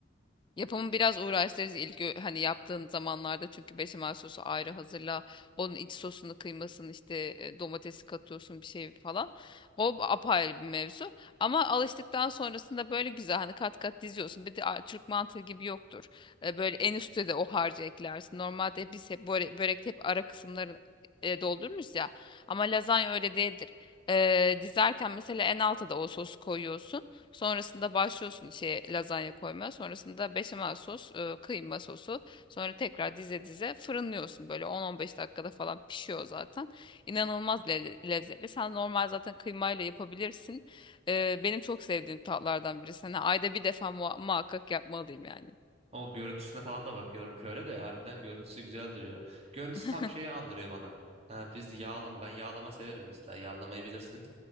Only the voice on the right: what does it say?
O görüntüsüne falan da bakıyorum şöyle de harbiden görüntüsü güzel duruyor. Görüntüsü
tam şeyi andırıyor bana. Ha, biz yağlama ben yağlama severim mesela yağlamayı bilirsin.